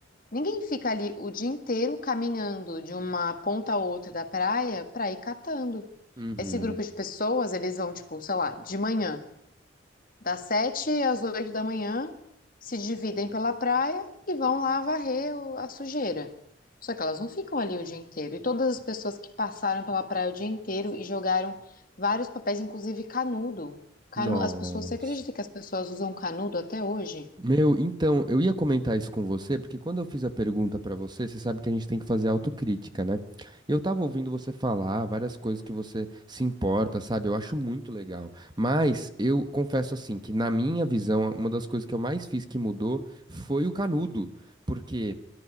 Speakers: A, on the left; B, on the right.
A: ninguém fica ali o dia inteiro caminhando de uma ponta a outra da praia pra ir catando.
B: Uhum.
A: Esse grupo de pessoas, eles vão, tipo, sei lá, de manhã. Das sete às oito da manhã, se dividem pela praia e vão lá varrer o- a sujeira. Só que elas não ficam ali o dia inteiro. E todas as pessoas que passaram pela praia o dia inteiro e jogaram vários papéis, inclusive canudo. Canu,
B: Nossa.
A: as pessoas, você acredita que as pessoas usam canudo até hoje?
B: Meu, então, eu ia comentar isso com você, porque quando eu fiz a pergunta pra você, você sabe que a gente tem que fazer autocrítica, né? E eu tava ouvindo você falar várias coisas que você se importa, sabe? Eu acho muito legal. Mas eu confesso assim que na minha visão, uma das coisas que eu mais fiz que mudou foi o canudo, porque